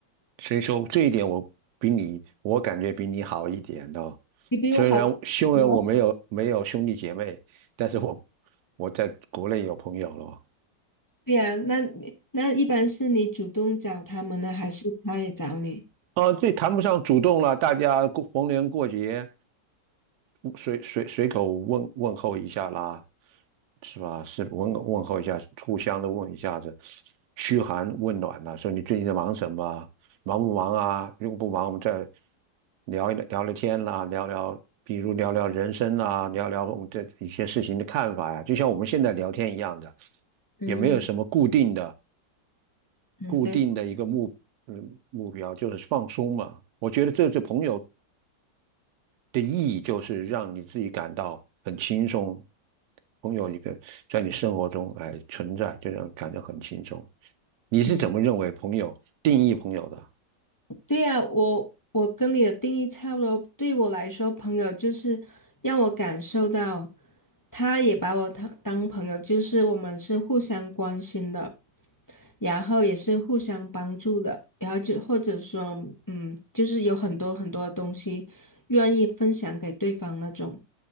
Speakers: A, on the right; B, on the left.
A: 所以说这一点我比你，我感觉比你好一点哦。
B: 你比我好太多了。
A: 虽然虽然我没有没有兄弟姐妹，但是我我在国内有朋友了哦。
B: 对呀，那你那一般是你主动找他们呢，还是他也找你？
A: 啊，这谈不上主动了，大家过逢年过节，随随随口问问候一下啦，是吧？是问问候一下，互相的问一下子，嘘寒问暖呐、说你最近在忙什么啊忙不忙啊？如果不忙，我们再聊一聊聊聊天啦，聊聊，比如聊聊人生啊，聊聊我们对一些事情的看法呀、就像我们现在聊天一样的，
B: 嗯
A: 也没有什么固定的
B: 嗯，
A: 固定的一个目嗯目标，
B: 对，
A: 就是放松嘛。我觉得这就朋友的意义就是让你自己感到很轻松。朋友一个在你生活中哎存在，就让你感觉很轻松。你是怎么认为朋友定义朋友的？
B: 嗯。对呀，我我跟你的定义差不多。对我来说，朋友就是让我感受到，他也把我当当朋友，就是我们是互相关心的，然后也是互相帮助的，然后就或者说，嗯，就是有很多很多东西愿意分享给对方那种，